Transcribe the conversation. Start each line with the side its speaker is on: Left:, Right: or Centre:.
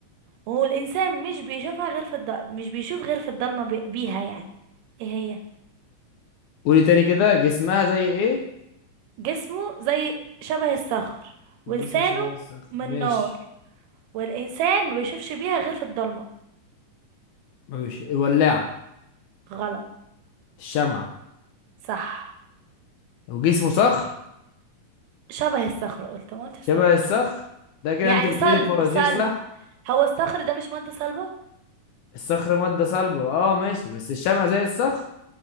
Right: والانسان مش بيشوفها غير في الض... مش بيشوف غير في الضلمه بي... بيها يعني ايه هي
Left: قولي تاني كده جسمها زي ايه
Right: جسمه زي شبه الصخر
Left: الجسم
Right: ولسانه
Left: شبه الصخر
Right: من
Left: ماشي
Right: نار والانسان ما بيشوفش بيها غير في الضلمه
Left: مش الولاعة
Right: غلط
Left: الشمعة
Right: صح
Left: وجسمه صخر
Right: شبه الصخر قلت ما قلت الصخر
Left: شبه الصخر ده كده
Right: يعني
Left: انت بتقولي
Right: صلب
Left: الفوازير
Right: صلب
Left: صح
Right: هو الصخر ده مش ماده صلبه
Left: الصخر مادة صلبة اه ماشي بس الشمعة زي الصخر